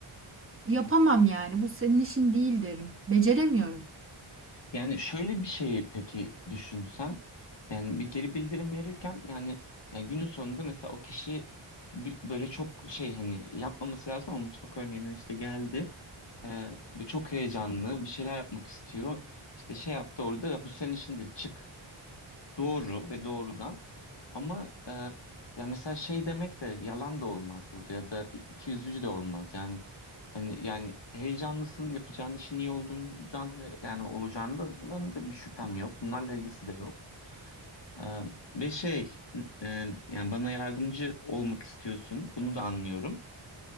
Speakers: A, on the right; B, on the left.
A: yapamam yani. Bu senin işin değil derim. Beceremiyorum.
B: Yani şöyle bir şey peki düşünsen yani bir geri bildirim verirken yani, yani günün sonunda mesela o kişi bi- böyle çok şey hani yapmaması lazım ama mutfak örneğinden işte geldi. Ee, ve çok heyecanlı bir şeyler yapmak istiyor. İşte şey yaptı orada ya bu senin işin değil çık. Doğru ve doğrudan ama e, ya mesela şey demek de yalan da olmaz burada ya da ikiyüzlücü de olmaz yani hani yani heyecanlısın yapacağın işin iyi olduğundan da, yani olacağından da bir şüphem yok bunlarla ilgisi de yok E, ve şey e, yani bana yardımcı olmak istiyorsun bunu da anlıyorum